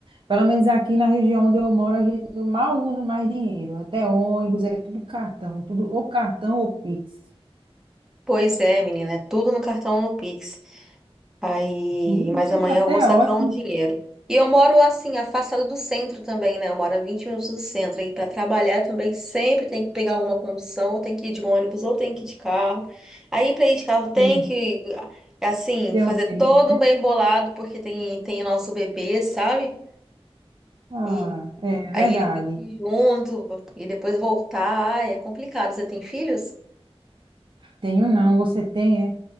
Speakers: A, on the right; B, in the centre.
A: Pelo menos aqui na região onde eu moro, a gente não mal usa mais dinheiro. Até ônibus, é tudo cartão, tudo ou cartão ou Pix.
B: Pois é, menina, é tudo no cartão ou no Pix. Aí,
A: E eu
B: mas
A: acho
B: amanhã
A: até
B: eu vou sacar
A: ótimo
B: um dinheiro. E eu moro assim, afastado do centro também, né? Eu moro a 20 minutos do centro. E para trabalhar também sempre tem que pegar alguma condução, ou tem que ir de ônibus, ou tem que ir de carro. Aí para ir de carro tem
A: é,
B: que, assim,
A: ter
B: fazer
A: um dinheirinho.
B: todo
A: né?
B: um bem bolado, porque tem, tem o nosso bebê, sabe?
A: Ah,
B: E
A: é
B: aí
A: verdade.
B: ele tem que ir junto e depois voltar. Ai, é complicado. Você tem filhos?
A: Tenho não, você tem, é?